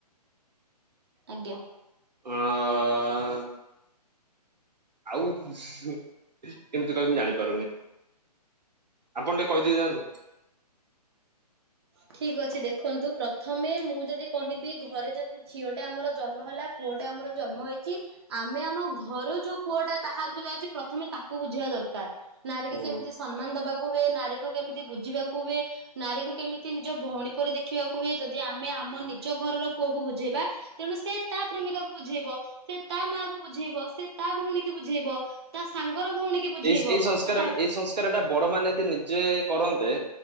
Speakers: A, on the right (about 40°); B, on the right (about 85°).
A: ଆଜ୍ଞା
B: ହଁ ଅ ଆଉ କେମିତି କହିବି ମୁଁ ଜାଣିପାରୁନି ଆପଣ ଟିକେ କହିଦେଇଯାଆନ୍ତୁ
A: ଠିକ ଅଛି ଦେଖନ୍ତୁ ପ୍ରଥମେ ମୁଁ ଯଦି କହିବି ଘରେ ଯଦି ଝିଅ ଟା ଆମର ଜନ୍ମ ହେଲା ପୁଅଟା ଆମର ଜନ୍ମ ହେଇଛି ଆମେ ଆମ ଘରୁ ଯୋଉ ପୁଅ ଟା ବାହାରକୁ ଯାଉଛି ପ୍ରଥମେ ତାକୁ ବୁଝେଇବା ଦରକାର ନାରୀ
B: ହୁଁ
A: କି କେମିତି ସମ୍ମାନ ଦବାକୁ ମୁଁ ବି ଏ ନାରୀକୁ କେମିତି ବୁଝିବାକୁ ମୁଁ ବି ନାରୀକୁ କେମିତି ନିଜ ଭଉଣୀ ପରି ଦେଖିବାକୁ ହୁଏ ଯଦି ଆମେ ଆମ ନିଜ ଘରର ପୁଅକୁ ବୁଝେଇବା ତେଣୁ ସେ ତା ପ୍ରେମିକାକୁ ବୁଝେଇବ ସେ ତା ମା କୁ ବୁଝେଇବ ସେ ତା ଭଉଣୀକୁ ବୁଝେଇବ ତା ସାଙ୍ଗର ଭଉଣୀ କି ବୁଝେଇବ
B: ଏଇ ଏଇ ସଂସ୍କାର
A: ତା ସାଙ୍ଗ
B: ଟା ଏଇ ସଂସ୍କାର ଟା ବଡ ମାନେ ଏତେ ନିଜେ କରନ୍ତେ